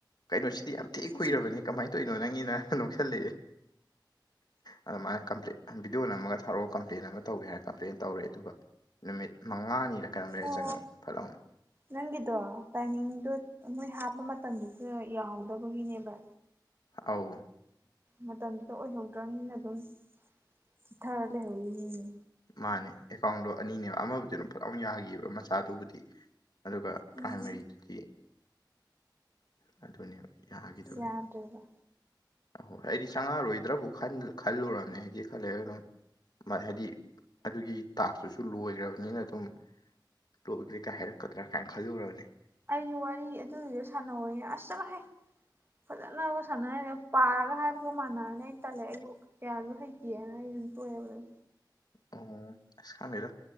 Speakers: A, on the left; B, on the right.
A: ꯀꯩꯅꯣ ꯁꯤ ꯌꯥꯝ ꯊꯤ
B: ꯎꯝ
A: ꯀꯨꯏꯔꯕꯅꯤ ꯀꯃꯥꯏꯅ ꯇꯧꯔꯤꯅꯣ ꯅꯪꯒꯤꯅ ꯅꯣꯛꯁꯜꯂꯛꯑꯦ ꯑꯗ ꯃꯥꯅ ꯀꯝꯄ꯭ꯂꯦꯟ ꯚꯕꯤꯗꯤꯑꯣ ꯅꯝꯃꯒ ꯊꯥꯔꯛꯑꯣ ꯀꯝꯄ꯭ꯂꯦꯟ ꯑꯃ ꯇꯧꯒꯦ ꯍꯥꯏꯔ ꯀꯝꯄ꯭ꯂꯦꯟ ꯇꯧꯔꯦ ꯑꯗꯨꯒ ꯅꯨꯃꯤꯠ ꯃꯉꯥꯅꯤꯔ ꯀꯩꯅꯣꯝ ꯂꯩꯔ
B: ꯑꯣ
A: ꯆꯪꯉꯛꯑꯦ ꯐꯠ ꯂꯥꯎꯅ
B: ꯅꯪꯒꯤꯗꯣ ꯇꯥꯏꯃꯤꯡꯗꯣ ꯃꯣꯏ ꯍꯥꯞꯄ ꯃꯇꯝꯗꯨꯁꯨ ꯌꯥꯍꯧꯗꯕꯒꯤꯅꯦꯕ
A: ꯑꯥꯎ
B: ꯃꯇꯝꯗꯨꯗ ꯑꯣꯏꯍꯧꯗ꯭ꯔꯝꯅꯤꯅ ꯑꯗꯨꯝ ꯆꯤꯊꯔ ꯂꯩꯍꯧꯔꯤꯅꯤꯅꯦ
A: ꯃꯥꯅꯦ ꯑꯦꯀꯥꯎꯟꯗꯣ ꯑꯅꯤꯅꯦ ꯑꯃꯕꯨꯗꯨ ꯑꯗꯨꯝ ꯐꯠ ꯂꯥꯎꯅ ꯌꯥꯒꯤꯕ ꯃꯆꯥꯗꯨꯕꯨꯗꯤ ꯑꯗꯨꯒ
B: ꯎꯝ
A: ꯄ꯭ꯔꯥꯏꯃꯔꯤꯗꯨꯗꯤ ꯑꯗꯨꯅꯦꯕ ꯌꯥꯈꯤꯗꯕꯩ
B: ꯌꯥꯗ꯭ꯔꯦꯕ
A: ꯑꯍꯣꯏ ꯑꯩꯗꯤ ꯆꯪꯉꯛꯔꯣꯏꯗ꯭ꯔꯕꯨ ꯈꯟ ꯈꯜꯂꯨꯔꯕꯅꯦ ꯍꯥꯏꯗꯤ ꯈ ꯂꯩꯔ ꯑꯗꯨꯝ ꯃꯥ ꯍꯥꯏꯗꯤ ꯑꯗꯨꯒꯤ ꯇꯥꯛꯁꯇꯨꯁꯨ ꯂꯣꯏꯒ꯭ꯔꯕꯅꯤꯅ ꯑꯗꯨꯝ ꯇꯣꯛꯑꯖꯦ ꯀꯥꯏ ꯍꯥꯏꯔꯛꯀꯗ꯭ꯔꯥ ꯀꯥꯏꯅ ꯈꯜꯂꯨꯔꯕꯅꯤ
B: ꯑꯩꯁꯨ ꯋꯥꯔꯤ ꯑꯗꯨꯗꯨꯁꯨ ꯁꯥꯟꯅꯧꯋꯦ ꯑꯁ ꯆꯠꯂꯣꯍꯦ ꯐꯖꯅꯕꯨ ꯁꯥꯟꯅ ꯍꯩꯔ ꯄꯥꯔꯒ ꯍꯥꯏꯕꯒ ꯃꯥꯟꯅꯔꯅꯤ ꯑꯩ ꯇꯜꯂꯦ ꯑꯩꯕꯨ ꯀꯌꯥꯁꯨ ꯍꯩꯇꯦꯅ ꯑꯩ <unintelligible>
A: ꯑꯣ ꯑꯁ ꯈꯪꯗꯦꯗ